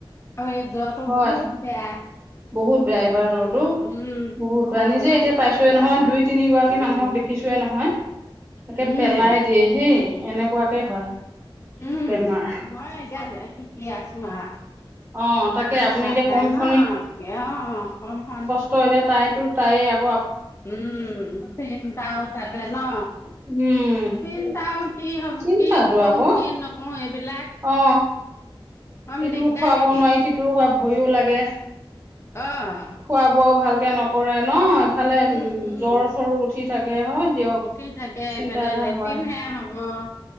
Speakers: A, on the left (about 30°); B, on the right (about 30°).
A: আৰু এই জ্বৰটো
B: হয়
A: বহুত বেয়া।
B: বহুত বেয়া এইবাৰ
A: উম
B: জ্বৰতো বহুত বেয়া নিজে এতিয়া
A: দেই
B: পাইছোয়ে
A: ৰাম
B: নহয়, দুই তিনিগৰাকী
A: উম।
B: মানুহক দেখিছোৱে নহয় একে
A: উম
B: পেলাই দিয়ে হেই এনেকুৱাকে হয়।
A: উম,
B: বেমাৰ
A: মই এতিয়া ঠিকে আছোং আ
B: অ তাকে
A: দেখাকে
B: আপুনি এতিয়া কম
A: ন
B: খনি
A: অ, কমখন
B: ত' এতিয়া তাই তো তাইয়ে আক
A: উম, চিন্তাও তাতে ন'?
B: উম,
A: চিন্তাও কি হব
B: চিন্তাটো
A: কি কং,
B: আকৌ
A: কি নকওঁ এইবিলাক
B: অ,
A: কম
B: ইটোও
A: দিগদাৰ
B: খুৱাব
A: নেকি?
B: নোৱাৰি, সিটোও খোৱা ভয়ো লাগে।
A: অ,
B: খোৱা বোৱাও ভালকে নকৰে ন' ইফালে
A: উম উম।
B: জ্বৰ-চৰ ও উঠি থাকে হয় দিয়ক।
A: উঠি থাকে,
B: চিন্তা
A: এপিলে
B: এটা
A: লেট্ৰিন
B: হয়
A: হে হ'ব-